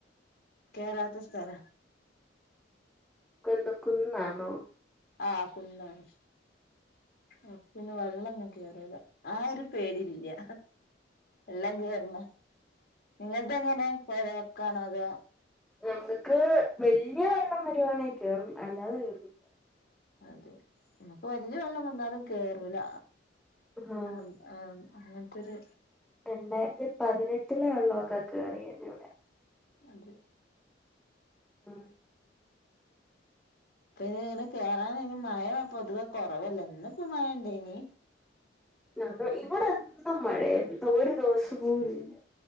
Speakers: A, on the left; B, in the centre.
A: കേറാത്ത സ്ഥലാ
B: കന്ദ ക്കുന്നാണോ
A: ആ കുന്നാണ് ആ പിന്നെ വെള്ളൊന്നും കേറൂല ആ ഒരു പേടില്ല്യ വെള്ളം കേറന്ന് നിങ്ങൽത് എങ്ങനെ പൊഴ വക്കാണോ അതോ
B: ഞങ്ങക്ക് വല്യ വെള്ളം വരുവാണെ കേറും അല്ലാതെ കേറുല്ല
A: അതെ മ്മക്ക് വല്യ വെള്ളം വന്നാലും കേറൂല
B: ആഹ്
A: അം ആ അങ്ങൻത്തൊര്
B: രണ്ടായിരത്തി പതിനെട്ടിലെ വെള്ളൊക്ക കേറിയാരുന്നു ഇവിടെ
A: അതെ
B: ആ
A: പ്പനിങ്ങനെ കേറാൻ ഇനി മഴ പൊതുവെ കൊറവല്ലേ ഇന്ന്പ്പോ മഴ ഇണ്ടായിനി
B: ഞങ്ങക്ക് ഇവിടെ എന്നും മഴെ എന്ത് ഒരു ദിവസം പോലില്ല